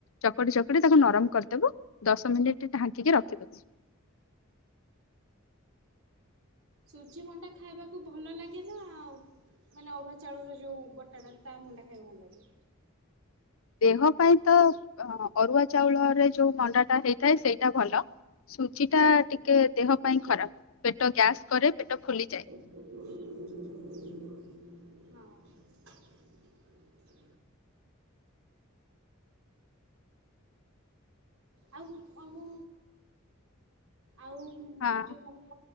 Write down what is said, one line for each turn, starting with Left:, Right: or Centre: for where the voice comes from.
Left: ଚକଟି ଚକଟି ତାକୁ ନରମ କରିଦବୁ ଦଶ ମିନିଟ ଢାଙ୍କିକି ରଖିଦବୁ। <inaudible>
Right: ସୁଜି ମଣ୍ଡା ଖାଇବାକୁ ଭଲ ଲାଗେ ନା ଆଉ? ମାନେ ଅରୁଆ ଚାଉଳର ଯୋଉ ବଟାଟା ତା ମଣ୍ଡା ଖାଇବାକୁ ଭଲ ଲାଗେ?
Left: ଦେହ ପାଇଁ ତ ଅରୁଆ ଚାଉଳରେ ଯୋଉ ମଣ୍ଡାଟା ହେଇଥାଏ ସେଇଟା ଭଲ। ସୁଜି ଟା ଟିକେ ଦେହ ପାଇଁ ଖରାପ ପେଟ ଗ୍ୟାସ୍ କରେ ପେଟ ଫୁଲିଯାଏ।
Right: ହଁ। ଆଉ ଆଉ ଆଉ
Left: ହଁ
Right: ଯୋଉ